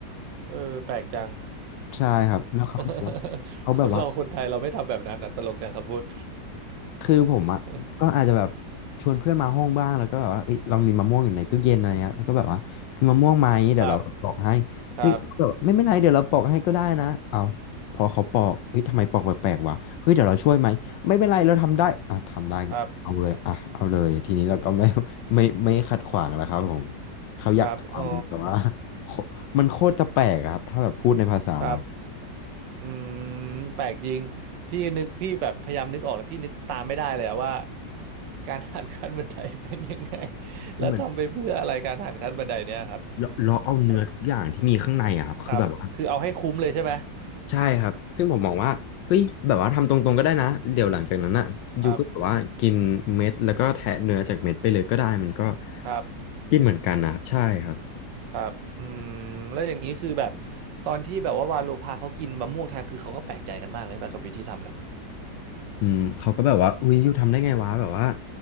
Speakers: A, on the right (about 80°); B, on the left (about 85°).
A: เออแปลกจัง
B: ใช่ครับ แล้วเขาบอกว่าเขาแบบว่า
A: <laughs> คนเราคนไทยเราไม่ทำแบบนั้นอ่ะตลกจังคำพูด
B: คือผมอ่ะก็อาจจะแบบ
A: <laughs>
B: ชวนเพื่อนมาห้องบ้างแล้วก็แบบว่าเอ้ยเรามีมะม่วงอยู่ในตู้เย็นอะไรเงี้ยแล้วก็แบบว่ากินมะม่วงไหมเดี๋ยวเราปอกให้เฮ้ยเขาแบบไม่ไม่เป็นไรเดี๋ยวเราปอกให้ก็ได้นะเอา
A: ครับครับ
B: พอเขาปอกเฮ้ยทำไมปอกแปลกๆวะเฮ้ยเดี๋ยวเราช่วยไหมไม่เป็นไรเราทำได้อ่ะทำได้ก็เอาเลยอ่ะเอาเลยทีนี้เราก็ไม่
A: ครับ
B: <laughs> ไม่ไม่ขัดขวางแล้วครับผมเขาอยากทำแต่ว่า
A: ครับอ๋อ
B: โคมันโคตรจะแปลกอะครับถ้าแบบพูดในภาษาเรา
A: ครับ อืมแปลกจริงพี่นึกพี่แบบพยายามนึกออกแล้วพี่นึกตามไม่ได้เลยอะว่าการหันขั้นบันไดเป็นยังไง <laughs> แล้วทำไปเพื่ออะไรการหันขั้นบันไดเนี่ยครับ
B: มันเหมือนเราเราเอาเนื้อทุกอย่างที่มีข้างในอะครับคือแบบว่า
A: แล้วครับคือเอาให้คุ้มเลยใช่ไหม
B: ใช่ครับซึ่งผมมองว่าเฮ้ยแบบว่าทำตรงๆก็ได้นะเดี๋ยวหลังจากนั้นอ่ะยูก็แบบว่ากินเม็ดแล้วก็แทะเนื้อจากเม็ดไปเลยก็ได้มันก็
A: ครับครับ
B: กินเหมือนกันนะใช่ครับ
A: ครับอืมแล้วอย่างนี้คือแบบตอนที่แบบว่าวาโลพาเขากินมะม่วงไทยคือเขาก็แปลกใจกันมากเลยแบบกับวิธีทำน่ะ
B: อืมเขาก็แบบว่าอุ้ยยูทำได้ไงวะแบบว่า